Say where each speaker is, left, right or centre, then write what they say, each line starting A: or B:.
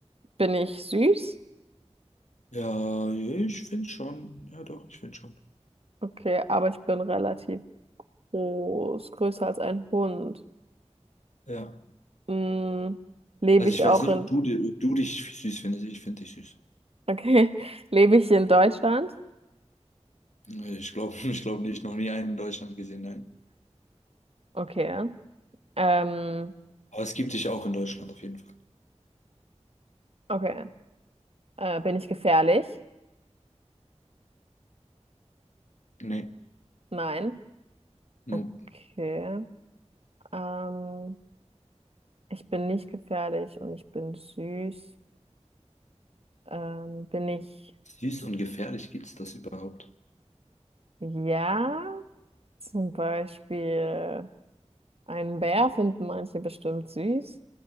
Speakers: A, on the right; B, on the left.
A: bin ich süß?
B: Ja, ich finde schon. Ja, doch, ich finde schon.
A: Okay, aber ich bin relativ groß, größer als ein Hund.
B: Ja.
A: Mm, lebe
B: Also
A: ich
B: ich weiß
A: auch
B: nicht,
A: in,
B: ob du, dir- ob du dich süß findest. Ich finde dich süß.
A: okay, <laughs> lebe ich in Deutschland?
B: Ich glaube, <laughs> ich glaube nicht. Noch nie einen in Deutschland gesehen, nein.
A: Okay. Ähm,
B: Aber es gibt dich auch in Deutschland auf jeden Fall.
A: okay. Äh, bin ich gefährlich?
B: Nee.
A: Nein.
B: Nur
A: Okay. Ähm, ich bin nicht gefährlich und ich bin süß. Ähm, bin ich,
B: süß und gefährlich, gibt es das überhaupt?
A: ja, zum Beispiel einen Bär finden manche bestimmt süß.